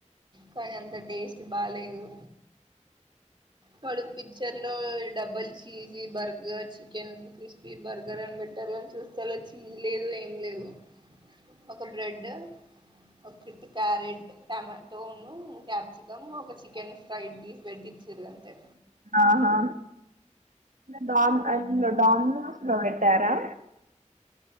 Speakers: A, on the right; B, on the right.
A: కానీ అంత టేస్ట్ బాలేదు వాడు పిచర్ లో double cheese burger chicken crispy burger అని బెట్టర్ అని చూస్తే అలా చీజ్ లేదు ఏం లేదు, ఒక బ్రెడ్, ఒక క్యారెట్ టమాటోను, క్యాప్సికమ్, ఒక చికెన్ ఫ్రైడ్ పీస్ పెట్టించారు అంతే
B: ఆహా డం డోమినస్ లో పెట్టారా